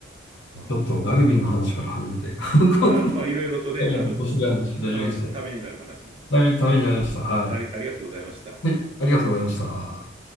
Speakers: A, on the right; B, on the left.
A: うん
B: ちょっとラグビーの話から始めて、<laughs> こんな
A: あまあ、いろいろとね、
B: 面白い話になりまして、
A: あの、ために、ためになる話で、
B: ために、ためになりました。はい。
A: あり、ありがとうございました。
B: はい、ありがとうございました。